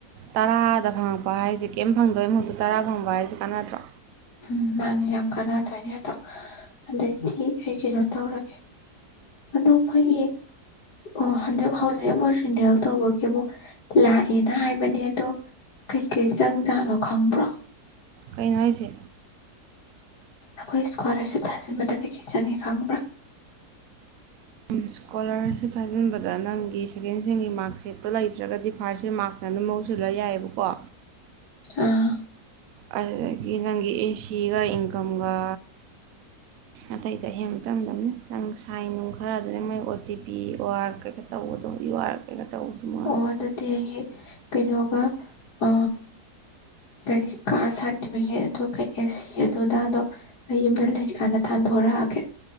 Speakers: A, on the right (about 65°); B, on the left (about 75°).
A: ꯇꯔꯥꯗ ꯐꯪꯉꯛꯄ ꯍꯥꯏꯁꯦ ꯀꯩꯝ ꯐꯪꯗꯦ ꯑꯣꯏ ꯃꯍꯨꯠꯇꯨ ꯇꯔꯥ ꯈꯪꯕ ꯍꯥꯏꯁꯤ ꯀꯥꯟꯅꯗ꯭ꯔꯣ
B: ꯎꯝ ꯃꯥꯅꯦ ꯌꯥꯝ ꯀꯥꯟꯅꯗꯣꯏꯅꯦ ꯑꯗꯣ ꯑꯗꯩꯗꯤ ꯑꯩ ꯀꯩꯅꯣ ꯇꯧꯔꯒꯦ ꯑꯗꯣ ꯃꯣꯏꯒꯤ ꯑꯣ ꯍꯧꯟꯖꯤꯛ ꯍꯧꯖꯤꯛ ꯑꯃꯨꯛꯖꯤꯗꯦꯜ ꯇꯧꯕꯒꯤ ꯑꯃꯨꯛ ꯂꯥꯛꯑꯦꯅ ꯍꯥꯏꯕꯅꯦ ꯑꯗꯣ ꯀꯩꯀꯩ ꯆꯪꯖꯥꯠꯅꯣ ꯈꯪꯕ꯭ꯔꯣ
A: ꯀꯩꯅꯣ ꯍꯥꯏꯁꯦ
B: ꯑꯩꯈꯣꯏ ꯏꯁꯀꯣꯂꯥꯔꯁꯤꯞ ꯊꯥꯖꯤꯟꯕꯗ ꯀꯩꯀꯩ ꯆꯪꯉꯦ ꯈꯪꯕ꯭ꯔꯥ
A: ꯏꯁꯀꯣꯂꯥꯔꯁꯤꯞ ꯊꯥꯖꯤꯟꯕꯗ ꯅꯪꯒꯤ ꯁꯦꯀꯦꯟ ꯁꯤꯦꯟꯒꯤ ꯃꯥꯔꯛ ꯁꯦꯠꯇꯣ ꯂꯩꯇ꯭ꯔꯒꯗꯤ ꯐꯥꯔꯁ ꯁꯤꯔ ꯃꯥꯔꯛꯁꯅ ꯑꯗꯨꯝ ꯃꯍꯧꯁꯤꯜꯂ ꯌꯥꯏꯑꯕꯀꯣ
B: ꯑꯥ
A: ꯑꯗꯨꯗꯒꯤ ꯅꯪꯒꯤ ꯑꯦ ꯁꯤꯒ ꯏꯟꯀꯝꯒ ꯑꯇꯩꯗꯤ ꯑꯍꯦꯟꯕ ꯆꯪꯗꯝꯕꯅꯤ ꯅꯪ ꯁꯥꯏꯟ ꯅꯨꯡ ꯈꯔ ꯑꯗꯨꯅꯦ ꯃꯣꯏ O T P U R ꯀꯩꯀꯥ ꯇꯧꯕꯗꯣ ꯌꯨ ꯑꯥꯔ ꯀꯩꯀꯥ ꯇꯧꯕꯗꯣ ꯃꯣꯏ
B: ꯑꯣ ꯑꯗꯨꯗꯤ ꯑꯩ ꯀꯩꯅꯣꯒ ꯑ ꯀꯔꯤ ꯀꯥ ꯁꯥꯥꯟꯈꯤꯕꯒꯦ ꯑ ꯀꯩ ꯑꯦ ꯁꯤ ꯑꯗꯨꯗꯗꯣ ꯑꯩ ꯌꯨꯝꯗ ꯂꯩꯀꯥꯟꯗ ꯊꯥꯟꯗꯣꯔꯛꯑꯒꯦ